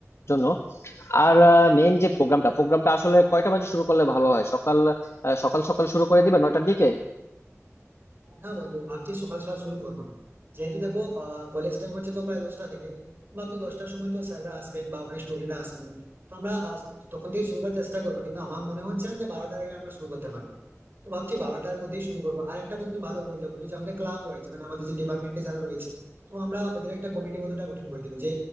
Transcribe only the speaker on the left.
জন্য আর মেন যে প্রোগ্রামটা প্রোগ্রামটা আসলে কয়টা বাজে শুরু করলে ভালো হয় সকাল আহ, সকাল সকাল শুরু করে দিবে নয়টার দিকে